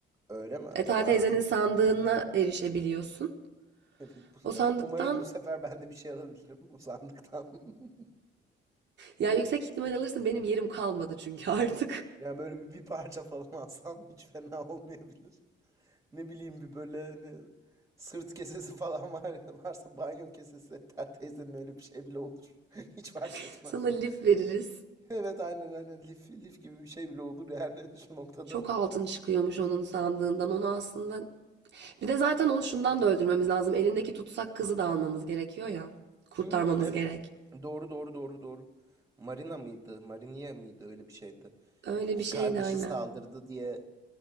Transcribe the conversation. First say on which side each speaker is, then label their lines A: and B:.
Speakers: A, on the right; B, on the right.
A: Öyle mi?
B: Ethel
A: Ha.
B: teyzenin sandığına erişebiliyorsun.
A: <laughs>
B: O sandıktan
A: Umarım bu sefer ben de bir şey alabilirim bu sandıktan. <laughs>
B: ya yüksek ihtimal alırsın benim yerim kalmadı çünkü artık.
A: Yani böyle bir, bir parça falan alsam hiç fena olmayabilir. Ne bileyim bir böyle ne, sırt kesesi falan var, varsa banyo kesesi. Hatta teyzenin öyle bir şey bile olur. <laughs> Hiç fark
B: <laughs>
A: etmez.
B: Sana lif veririz.
A: <laughs> Evet aynen aynen lif, lif gibi bir şey bile olur yani <laughs> şu noktada.
B: Çok altın çıkıyormuş onun sandığından. Onu aslında Bir de zaten onu şundan da öldürmemiz lazım. Elindeki tutsak kızı da almamız gerekiyor ya. Kurtarmamız
A: Hmm, evet
B: gerek.
A: doğru doğru doğru doğru. Marina mıydı? Marinia mıydı? Öyle bir şeydi.
B: Öyle
A: İki
B: bir şeydi
A: kardeşi
B: aynen.
A: saldırdı diye